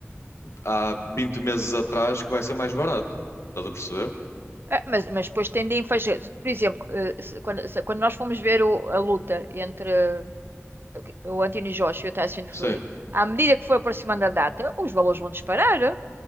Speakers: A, on the left; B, on the right.
A: há 20 meses atrás que vai ser mais barato. Estás a perceber?
B: Ah, Mas, mas depois tendem a fazer, por exemplo, eh, se- quando, se- quando nós fomos ver o- a luta entre eh, o Anthony Joshua e o Tyson Fury,
A: Sim.
B: à medida que foi aproximando a data, os valores vão disparar, eh?